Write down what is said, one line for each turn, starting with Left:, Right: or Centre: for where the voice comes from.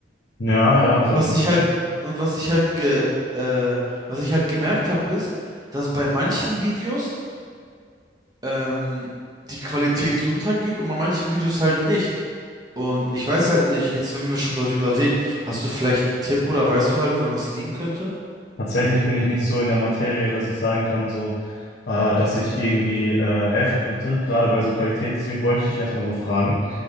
Left: Ja, ja,
Right: Und
Left: das
Right: was
Left: habe ich
Right: ich
Left: gesehen.
Right: halt, und was ich halt ge, äh, was ich halt gemerkt habe, ist, dass bei manchen Videos ähm, die Qualität runtergeht und bei manchen Videos halt nicht. Und ich weiß halt nicht, jetzt wenn wir schon darüber reden, hast du vielleicht einen Tipp oder weißt du halt, woran das liegen könnte?
Left: Tatsächlich bin ich nicht so in der Materie, dass ich sagen kann, so, äh, dass ich irgendwie äh, helfen könnte, gerade bei so Qualität. Deswegen wollte ich dich erstmal so fragen.